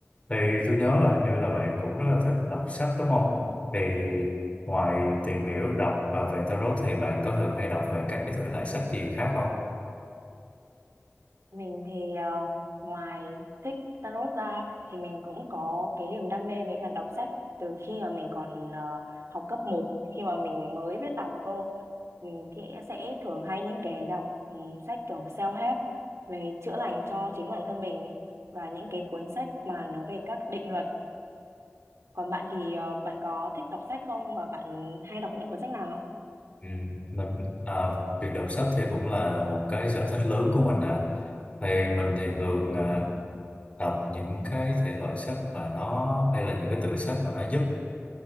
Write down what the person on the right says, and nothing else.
Mình thì ờ, ngoài thích tarot ra thì mình cũng có cái niềm đam mê với cả đọc sách từ khi mà mình còn ờ, học cấp một khi mà mình mới biết đọc cô mình thì sẽ thường hay những cái đọc ừ, sách kiểu self-help về chữa lành cho chính bản thân mình và những cái cuốn sách mà nó về các định luật. Còn bạn thì ờ, bạn có thích đọc sách không và bạn hay đọc những cuốn sách nào?